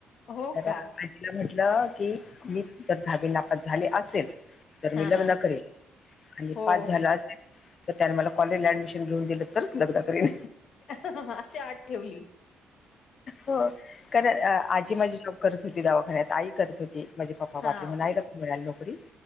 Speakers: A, on the left; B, on the left.
A: हो
B: तर
A: का
B: तिला म्हटलं की मी जर दहावी नापास झाले असेल तर
A: हा
B: मी लग्न
A: हा
B: करेन आणि
A: हो
B: पास झाले असेल तर त्याने मला कॉलेजला ऍडमिशन घेऊन दिलं तरच लग्न करीन
A: अहह अशी अट ठेवली.
B: हो कारण आजी माझी जॉब करत होती दवाखान्यात आई करत होती. माझे पप्पा
A: हा
B: वारले म्हणून आई ला मिळाली नोकरी.